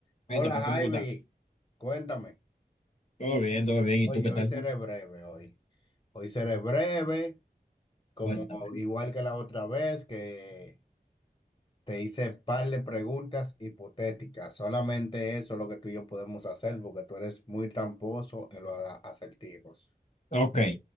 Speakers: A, on the left; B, on the left.
A: Hola
B: Hey, total,
A: Javi,
B: ¿cómo tú estás?
A: cuéntame.
B: Todo bien, todo bien. ¿Y
A: Oye,
B: tú qué
A: hoy
B: tal?
A: seré breve hoy. Hoy seré breve, como
B: Cuéntame.
A: igual que la otra vez que te hice par de preguntas hipotéticas. Solamente eso es lo que tú y yo podemos hacer porque tú eres muy tramposo en los a- acertijos.
B: Ok,